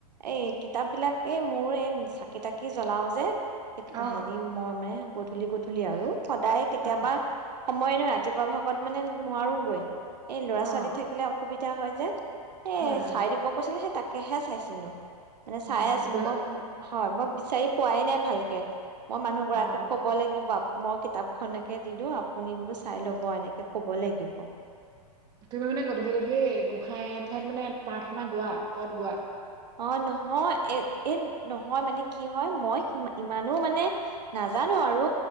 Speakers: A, on the right; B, on the right.
A: এই কিতাপ বিলাক এই মোৰ এই চাকি তাকি জ্বলাও যে এক
B: অ',
A: হেৰি মই মানে গধূলি গধূলি আৰু সদায় তেতিয়াবা
B: অ',
A: সময় নহয় ৰাতিপুৱা ভাগত মানে নোৱাৰোগৈ এই ল'ৰা
B: অ',
A: ছোৱালী থাকিলে অসুবিধা হয় যে এ
B: হয়
A: চাই
B: অ',
A: দিব কৈছিলে হে তাক তাকেহে চাইছিলো মানে
B: অ',
A: চাই আছিলো
B: গৈ
A: মই হয় মই বিচাৰি পোৱাই নাই ভালকে মই মানুহ গৰাকীক
B: অ',
A: ক'ব লাগিব মই কিতাপখন এ দি দিওঁ আপুনি বোলো চাই লব এনেকে কব লাগিব।
B: তুমি মানে গধূলি গধূলি গোঁসাই ঠাইত মানে প্ৰাৰ্থনা গোৱা পদ গোৱা?
A: অ নহয় এ এ নহয় মানে কি হয় মই স ইমানো মানে নাজানো আৰু